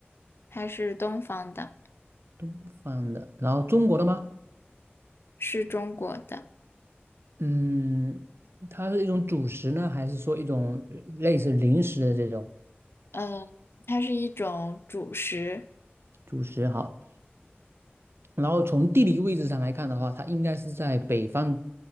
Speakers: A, on the left (about 70°); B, on the right (about 75°).
A: 它是东方的，
B: 东方的，然后中国的吗？
A: 是中国的，
B: 嗯，它是一种主食呢，还是说一种类似零食的这种
A: 呃，它是一种主食，
B: 主食？好，然后从地理位置上来看的话，它应该是在北方